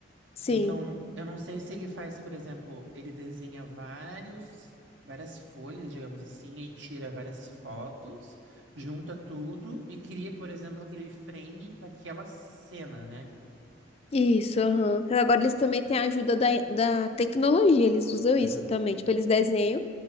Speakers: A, on the left; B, on the right.
A: Sim.
B: Então, eu não sei se ele faz, por exemplo, ele desenha vários várias folhas, digamos assim, e tira várias fotos, junta tudo e cria, por exemplo, aquele frame daquela cena, né?
A: Isso, aham. Agora eles também têm a ajuda da, da tecnologia, eles usam isso
B: Aham,
A: também. Tipo, eles desenham,